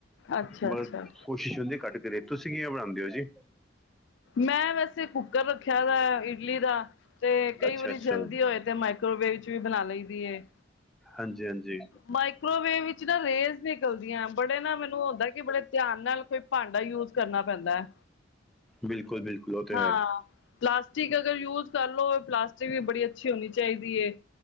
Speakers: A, on the left; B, in the centre.
A: ਅੱਛਾ
B: ਮਗਰ
A: ਅੱਛਾ
B: ਕੋਸ਼ਿਸ਼ ਹੁੰਦੀ ਏ ਘੱਟ ਕਰੀਏ। ਤੁਸੀਂ ਕਿਵੇਂ ਬਣਾਂਦੇ ਓ ਜੀ?
A: ਮੈਂ ਵੈਸੇ ਕੁੱਕਰ ਰੱਖਿਆ ਵਾ ਇਡਲੀ ਦਾ, ਤੇ ਕਈ
B: ਅੱਛਾ
A: ਵਾਰੀ
B: ਅੱਛਾ
A: ਜਲਦੀ ਹੋਏ ਤੇ ਮਾਈਕ ਤਵੇੇ ਵਿੱਚ ਵੀ ਬਣਾ ਲਈ ਦੀ ਏ।
B: ਹਾਂਜੀ, ਹਾਂਜੀ।
A: ਮਾਈਕਰੋਵੇਵ ਵਿੱਚ ਨਾ ਰੇਜ਼ ਨਿਕਲਦੀਆਂ, ਬੜੇ ਨਾ ਮੈਨੂੰ ਹੁੰਦਾ ਕਿ ਬੜੇ ਧਿਆਨ ਨਾਲ ਕੋਈ ਭਾਂਡਾ ਯੂਜ਼ ਕਰਨਾ ਪੈਂਦਾ ਏ।
B: ਬਿਲਕੁੱਲ ਬਿਲਕੁੱਲ, ਉਹ ਤੇ
A: ਹਾਂ
B: ਹੈ!
A: ਪਲਾਸਟਿਕ ਅਗਰ ਯੂਜ਼ ਕਰ ਲਉ, ਪਲਾਸਟਿਕ ਵੀ ਬੜੀ ਅੱਛੀ ਹੋਣੀ ਚਾਹੀਦੀ ਏ,